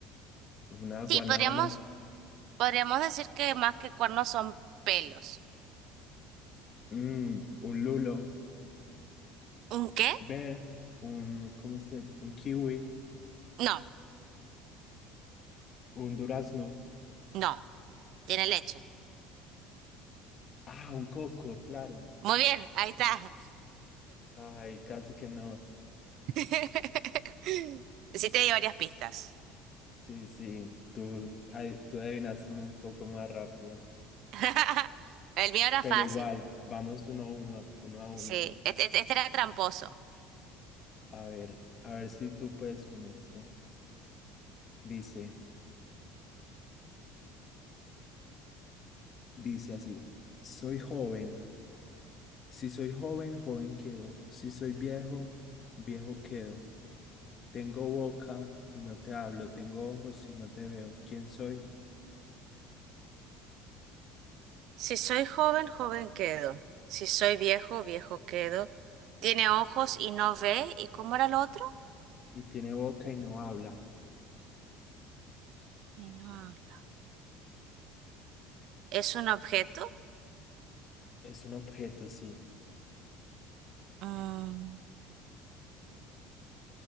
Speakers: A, on the left; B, on the right.
A: Una
B: Sí,
A: guanábana,
B: podríamos, podríamos decir que más que cuernos son pelos.
A: mm, un lulo,
B: ¿Un qué?
A: ve, un, ¿cómo es que? Un kiwi,
B: No,
A: un durazno.
B: no, tiene leche.
A: Ah, un coco, claro.
B: Muy bien, ahí está.
A: Ay, casi que no.
B: <laughs> Sí te di varias pistas.
A: Sí, sí, tú, ay, tú adivinaste un poco más rápido.
B: <laughs> El mío era
A: Pero
B: fácil.
A: igual, vamos uno a uno, uno a uno.
B: Sí, este, este- este era tramposo.
A: A ver, a ver si tú puedes con este. Dice, dice así, soy joven. Si soy joven, joven quedo. Si soy viejo, viejo quedo. Tengo boca y no te hablo. Tengo ojos y no te veo. ¿Quién soy?
B: Si soy joven, joven quedo. Si soy viejo, viejo quedo. Tiene ojos y no ve. ¿Y cómo era el otro?
A: Y tiene boca y no habla.
B: Y no habla. ¿Es un objeto?
A: Es un objeto, sí.
B: Ah,